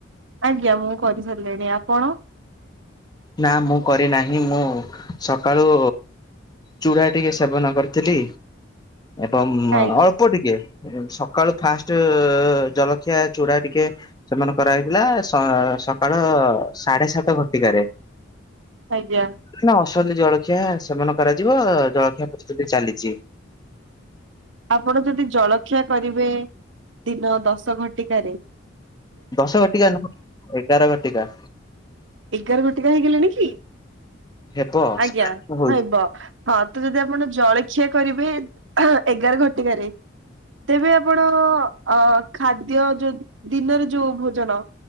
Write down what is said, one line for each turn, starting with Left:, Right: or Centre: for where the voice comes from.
Right: ଆଜ୍ଞା ମୁଁ କରି ସାରିଲିଣି, ଆପଣ?
Left: ନା, ମୁଁ କରିନାହିଁ ମୁଁ ସକାଳୁ ଚୁଡ଼ା ଟିକେ ସେବନ କରିଥିଲି ଏବଂ
Right: ଖାଇ
Left: ଅଲ୍ ଅଳ୍ପ ଟିକେ ସକାଳୁ ଫାଷ୍ଟ ଅ-ଅ-ଅ ଜଲଖିଆ ଚୁଡ଼ା ଟିକେ ସେବନ କରାହେଇଥିଲା ସ ସକାଳ ସାଢେ ସାତ ଘଟିକାରେ।
Right: ଆଜ୍ଞା।
Left: ନା ଅସଲି ଜଳଖିଆ ସେବନ କରାଯିବ ଜଳଖିଆ ପ୍ରସ୍ତୁତି ଚାଲିଛି।
Right: ଆପଣ ଯଦି ଜଳଖିଆ କରିବେ ଦିନ ଦଶ ଘଣ୍ଟିକାରେ
Left: ଦଶଘଟିକା ନୁହଁ ଏଗାର ଘଟିକା।
Right: ଏଗାର ଘଟିକା ହେଇଗଲାଣି କି?
Left: ହେବ ହଉଛି
Right: ଆଜ୍ଞା ହବ। ହଁ ତ ଯଦି ଆପଣ ଜଳି ଖିଅ କରିବେ ଏଗାର ଘଟିକାରେ। ତେବେ ଆପଣ ଅ ଖାଦ୍ୟ ଯୋଉ ଦିନରେ ଯୋଉ ଭୋଜନ